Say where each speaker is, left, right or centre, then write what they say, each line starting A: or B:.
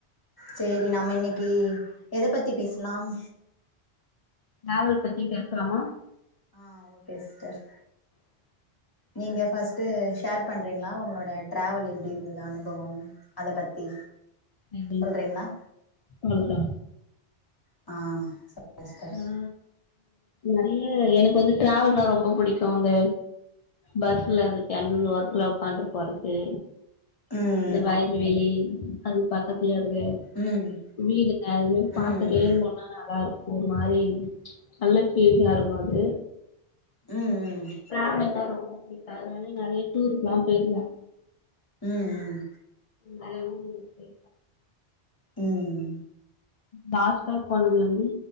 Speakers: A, on the left; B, on the left.
A: சேரி நம்ம இன்னிக்கி எத பத்தி பேசலாம்
B: நாவல் பத்தி பேசலாமா
A: ஆ ஓகே சிஸ்டர்
B: <inaudible>
A: நீங்க ஃபஸ்ட்டு ஷேர் பண்றீங்களா உங்களோட டிராவல் எப்டி இருந்தது அனுபவம் அத பத்தி
B: நன்றி
A: சொல்றீங்களா
B: அவ்ளோ தா
A: ஆ சொல்லுங்க சிஸ்டர்
B: ஆ நெறைய எனக்கு வந்து டிரவல்லா ரொம்ப புடிக்கு அந்த பஸ்ல அந்த ஜன்னல் ஓரத்துல உக்கான்ட்டு போறது
A: ம்
B: இந்த வயல்வெளி அது பக்கத்துல இருக்க
A: ம்
B: வீடுங்க அதுமாரி பாத்துட்டே
A: ம்
B: போனா நல்லா இருக்கு ஒரு மாரி நல்ல பீலிங்கா இருக்கு அது
A: ம்
B: டிராவலிங்னா ரொம்ப புடிக்கு அதனால நெறைய டூருக்குல்லா போயிருக்கே
A: ம் ம்
B: நிறைய ஊருக்கு போயிருக்கே
A: ம்
B: லாஸ்டா போனது வந்து